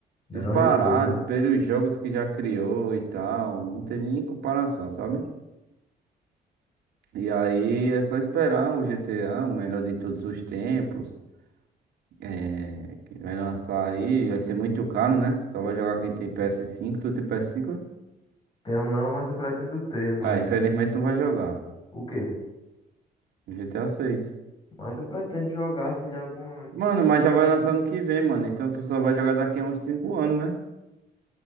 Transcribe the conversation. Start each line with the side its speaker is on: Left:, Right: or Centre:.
Left: Melhor
Right: Disparado
Left: de todas, né?
Right: pelos jogos que já criou e tal. Não tem nem comparação, sabe? E aí é só esperar o GTA, o melhor de todos os tempos. É, que vai lançar aí, vai ser muito caro, né? Só vai jogar quem tem PS5, tu tem PS5?
Left: Tenho não, mas eu pretendo ter, mano.
Right: Ah, infelizmente tu não vai jogar.
Left: O quê?
Right: GTA 6.
Left: Mas eu pretendo jogar assim de algum
Right: Mano, mas já vai lançar ano que vem, mano. Então tu só vai jogar daqui a uns 5 anos, né?